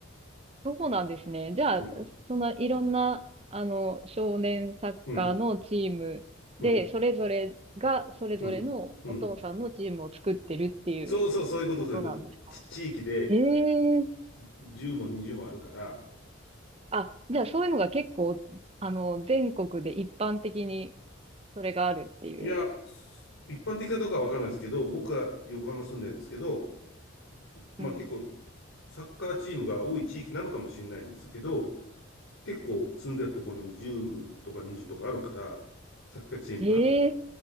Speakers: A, on the right; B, on the left.
A: そうなんですね。じゃあ、
B: うん、
A: そんないろんな、あの、少年サッカーのチームで、
B: うん、うん、
A: それぞれが、それぞれのお父さんのチームを作ってるっていう
B: うん、うん。そうそう、そういうこと、
A: ことなんですか
B: そういうこと。ち、地域で
A: へえ。
B: 10も20もあるから、
A: あ、じゃあ、そういうのが結構、あの、全国で一般的にそれがあるっていう。
B: いや、す一般的かどうかわかんないですけど、僕は横浜住んでるんですけど、まあ結構
A: うん。
B: サッカーチームが多い地域なのかもしれないんですけど、結構住んでるところに10とか20とかあるから、サッカーチームが。
A: ええ